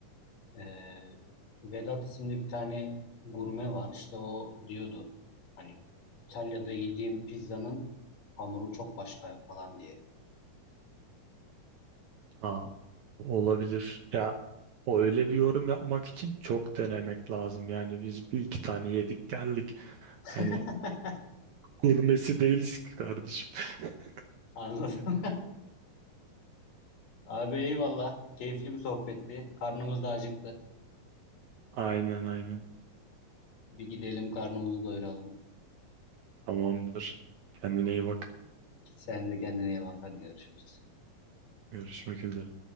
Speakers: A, on the left; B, on the right.
A: e, Vedat isimli bir tane gurme var işte o diyordu hani İtalya'da yediğim pizzanın hamuru çok başka falan diye.
B: Ha, olabilir. Ya o öyle bir yorum yapmak için çok denemek lazım. Yani biz bir iki tane yedik geldik.
A: <laughs>
B: Hani gurmesi değiliz ki kardeşim. <laughs>
A: Anladım. <laughs> Abi eyvallah. Keyifli bir sohbetti. Karnımız da acıktı.
B: Aynen aynen.
A: Bir gidelim karnımızı doyuralım.
B: Tamamdır. Kendine iyi bak.
A: Sen de kendine iyi bak. Hadi görüşürüz.
B: Görüşmek üzere.